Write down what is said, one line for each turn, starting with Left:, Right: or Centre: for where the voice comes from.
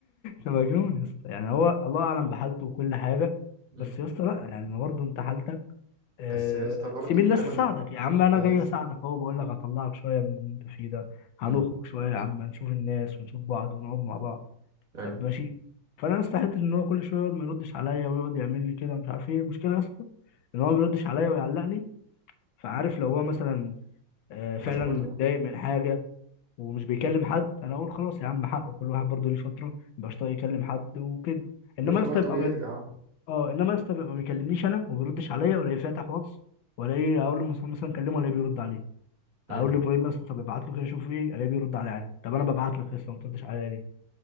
Left: ده مجنون يا اسطى يعني هو الله اعلم بحالته وكل حاجه
Right: مم.
Left: بس يا اسطى لا يعني ما برضه انت حالتك آه،
Right: بس يا اسطى برضه
Left: سيب الناس
Right: فاهم انا
Left: تساعدك يا عم انا
Right: انا
Left: جاي
Right: يا اسطى
Left: اساعدك اهو بقول لك هطلعك شويه من اللي انت فيه ده هنخرج
Right: مم.
Left: شويه يا عم نشوف الناس ونشوف بعض ونقعد مع بعض
Right: ايوه
Left: طب ماشي فانا استحيت ان هو كل شويه يقعد ما يردش عليا ويقعد يعمل لي كده مش عارف ايه المشكله يا اسطى ان هو ما بيردش عليا ويعلقني فعارف لو هو مثلا آه، فعلا
Right: مشغول
Left: متضايق
Right: يعني
Left: من حاجه ومش بيكلم حد انا اقول خلاص يا عم حقه كل واحد برضه ليه فتره مبقاش طايق يكلم حد وكده
Right: بياخد
Left: انما يا اسطى
Right: وقت
Left: يبقى
Right: ويرجع
Left: م- اه انما يا اسطى يبقى ما بيكلمنيش انا وما بيردش عليا ولا ايه فاتح واتس ولا ايه اقول لمصطفى مثلا كلمه ولا بيرد عليه
Right: مم.
Left: اقول لابراهيم يا اسطى طب ابعت له كده شوف ايه الاقيه بيرد عليا عادي طب انا ببعت لك يا اسطى ما بتردش عليا ليه